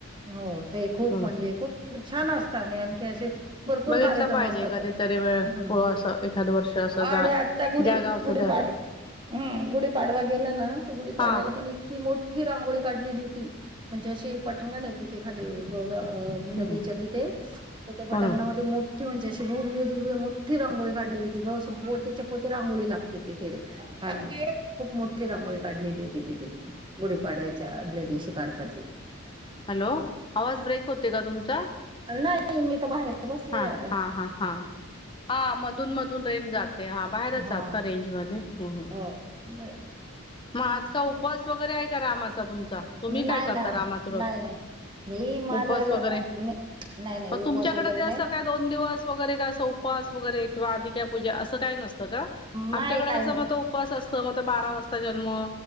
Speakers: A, on the right; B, on the left.
A: हो ते खूप
B: बर
A: म्हणजे खूप छान असत आणि आणखी असे भरपूर
B: बघितलं
A: कार्यक्रम
B: पाहिजे
A: असतात
B: कधीतरी वेळ
A: ह
B: प असं एखाद वर्ष असं
A: आणि
B: जा
A: आता गुढी
B: ज्या गावचं
A: गुढीपाडवा
B: त्या
A: हम गुढीपाडवा गेला ना तर गुढीपाडव्याला
B: हा
A: पण इतकी मोठी मोठी रांगोळी काढलेली होती म्हणजे अशी तथे खाली गोदा
B: हम्म
A: नदीच्या तिथे तर त्या पटांगणामध्ये
B: बरोबर
A: मोठी ती म्हणजे अशी भूविविध मोठी रांगोळी काढली गेली, जवा अस पोतीच्या पोती रांगोळी लागते तिथे. हा ना, खूप मोठी रांगोळी काढलेली होती तिथे. गुढीपाडव्याच्या आदल्या दिवशी काढतात ते.
B: हॅलो, आवाज ब्रेक होतय का तुमचा?
A: नाही, मी तर बाहेर. बसले
B: हा
A: आता.
B: हा हा हा, हा मधून मधून रेंज जाते. ते हा, बाहेरच
A: हा
B: आहात ना रेंजमध्ये?, हम्म हम्म.
A: हो, नाय
B: मग आज का उपवास वगैरे आहे का रामाचा तुमचा, तुम्ही
A: नाही
B: काय
A: ना
B: करता रामाचा रोज?
A: नाही नाही. मी माझ
B: उपवास
A: अ नाय,
B: वगैरे
A: नाही नाही
B: मग
A: उपवास
B: तुमच्याकडे
A: वगैरे
B: ते असं
A: नाही.
B: काय दोन दिवस वगैरे काय असं उपवास वगैरे किंवा आधी काय पूजा असं काय नसत. त का,
A: नाही
B: आमच्याकडे
A: काही
B: कस
A: नाही
B: मग तो उपवास असतं म ते बारा वाजता जन्म.